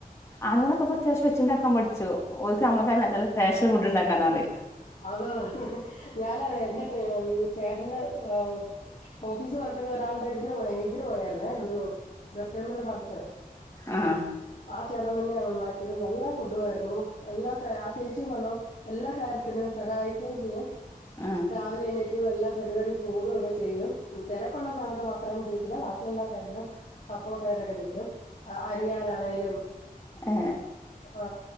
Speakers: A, on the left; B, on the left.
A: അങ്ങനൊക്കെ പ്പത്യാവശ്യം വെച്ച് ണ്ടാകാൻ പട് ച്ചു ഓല്ക് നമ്മളക്ക നല്ല റ്റേഷ്യ ഫുഡുണ്ടാ അങ്ങനറിയ
B: അതതെ ഞാനതെ ന്റെ ചെമ് ചേട്ടന്റെ ഏഹ് ഓഫീസ് വർക്കുന്ന ഒരാളുടെ ഇതിനു പോയ് ഇതിന് പോയായിരുന്നേ ഒരുട്ടേമെന്റ് ഫങ്‌ഷൻ
A: ആ
B: ആ ചേട്ടൻ തന്നെയ ഉണ്ടാക്കിയത് നല്ല ഫുഡും ആയിരുന്നു എല്ലാർകാ ആ ചേച്ചി മണോ എല്ലാ കാര്യത്തിനും സഹായിക്കുകയും ചെയ്യും
A: ആ
B: രാവിലെ എണീറ്റു എല്ലാം പരിപാടി കൂടുഒക്കെ ചെയ്യും തെരക്കുള്ള സമയത്ത് മാത്രം യത്തില്ല, ബാക്കി എല്ലാ കാര്യത്തിനും സപ്പോർട്ടായിട്ടൊക്കെ നിക്കും അ അരിയാനാണേലും
A: ഏ
B: ആ